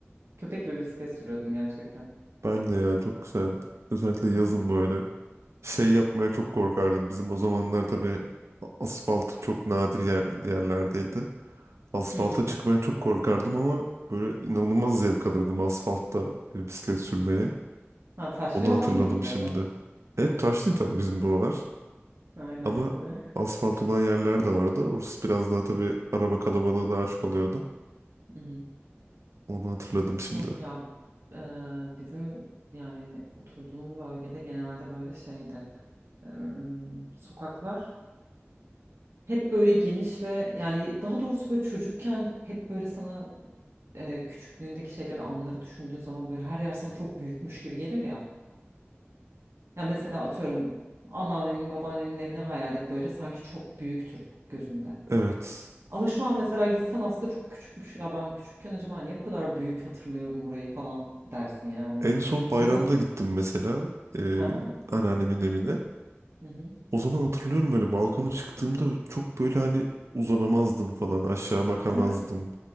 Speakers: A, on the right; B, on the right.
A: Köpek gibi bisiklet sürüyordum gerçekten.
B: Ben de ya çok güzeldi. Özellikle yazın
A: Evet.
B: böyle şey yapmaya çok korkardım. Bizim o zamanlar tabii asfalt çok nadir yer, yerlerdeydi. Asfalta
A: Hı hı.
B: çıkmaya çok korkardım ama böyle inanılmaz zevk alırdım asfaltta e, bisiklet sürmeye.
A: Ha, taşlı
B: Onu
A: yoldan
B: hatırladım
A: mı gidiyordun?
B: şimdi. Hep taş değil tabii bizim buralar.
A: Aynen.
B: Ama
A: Hı
B: asfalt olan yerler de vardı. Orası biraz daha tabii araba kalabalığı daha çok oluyordu.
A: hı. hı.
B: Onu hatırladım şimdi.
A: Yok ya e, bizim yani oturduğum bölgede genelde böyle şeydi hep. Em, sokaklar Hep böyle geniş ve yani daha doğrusu böyle çocukken hep böyle sana e, küçüklüğündeki şeyleri, anları düşündüğün zaman böyle her yer sana çok büyükmüş gibi gelir ya. Ya mesela atıyorum anneannenin, babaannenin evini hayal et böyle sanki çok büyüktür gözünde.
B: Evet.
A: Ama şu an mesela gitsen aslında çok küçükmüş ya ben küçükken acaba niye bu kadar büyük hatırlıyorum burayı falan dersin yani.
B: En son bayramda
A: Ya za-
B: gittim mesela e,
A: Aha,
B: anneannemin evine.
A: Hı hı.
B: O zaman hatırlıyorum böyle balkona çıktığımda çok böyle hani uzanamazdım falan aşağı bakamazdım.
A: Değil mi?